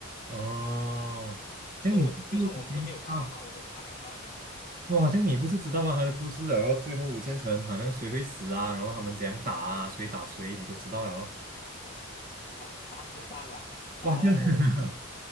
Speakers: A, on the right; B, on the left.
A: 哦，这样你不是已经知道？
B: 说就算我们是没有看漫画，我都大概知道他讲什么，
A: 哇，这样你不是知道吗？他的故事了？然后最后五线城好像谁会死啊，然后他们怎样打啊，谁打谁，你都知道了哦。
B: 他大致上了。然后
A: 哇，这样。<laughs>